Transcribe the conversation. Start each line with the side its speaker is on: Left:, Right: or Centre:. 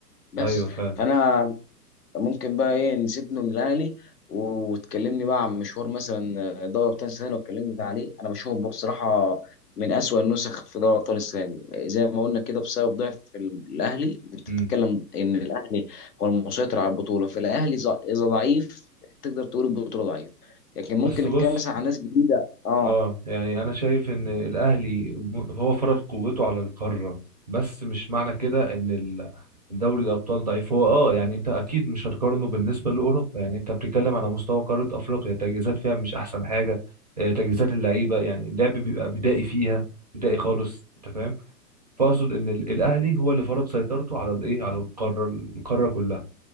Left: بس
Right: ايوه فعلا
Left: فانا ممكن بقى ايه نسيبنا من الاهلي وتكلمني بقى عن مشوار مثلا آه، دوري ابطال السنه اللي اتكلمنا عليه انا بشوفه بصراحه من اسوأ النسخ في دوري ابطال السنه دي آه، زي ما قلنا كده بسبب ضعف الاهلي انت
Right: امم
Left: بتتكلم ان الاهلي هو المسيطر على البطوله فالاهلي ز- اذا ضعيف تقدر تقول البطوله ضعيف لكن ممكن
Right: بس
Left: نتكلم
Right: بص
Left: مثلا عن ناس جديده اه
Right: اه يعني انا شايف ان الاهلي م- هو فرض قوته على القاره بس مش معنى كده ان ال- دوري الابطال ضعيف هو اه يعني انت اكيد مش هتقارنه بالنسبه لاوروبا يعني انت بتتكلم على مستوى قاره افريقيا تجهيزات فيها مش احسن حاجه آه، تجهيزات اللعيبه يعني اللعب بيبقى بدائي فيها بدائي خالص انت فاهم فاقصد ان ال- الاهلي هو اللي فرض سيطرته على الايه على القاره القاره كلها